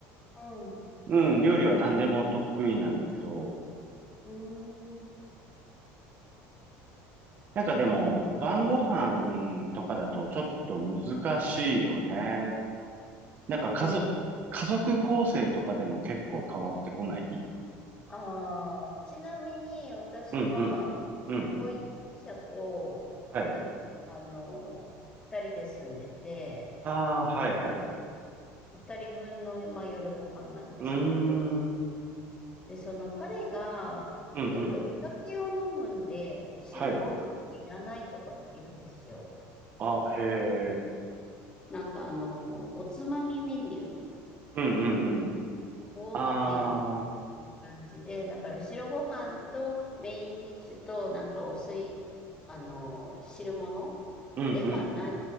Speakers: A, on the left; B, on the right.
A: うん。う
B: うん、料理は何でも得意なんだけど、
A: ーん。
B: なんかでも、晩ご飯とかだとちょっと難しいよね。なんか家族、
A: そうなんです
B: 家族構成とかでも結構変わってこない
A: ああ、ちなみに私は、
B: うんうん。うん。
A: 婚約者と、
B: はい。
A: あの、二人で住んでて、
B: ああ、はいはい。
A: 二人分の今夜ご飯なんですけど、
B: うーん。うん
A: で、その彼が夜お酒を飲むんで、
B: うん。
A: 白ご飯いらないとかって言うんですよ。
B: はいはい。あ、へえ。
A: なんかあの、おつまみメニュー
B: うんうんうん。
A: おーってい
B: ああ、
A: う感じで、だから白ご飯とメインディッシュとなんかお水、あの、汁物
B: うんうん。
A: ではない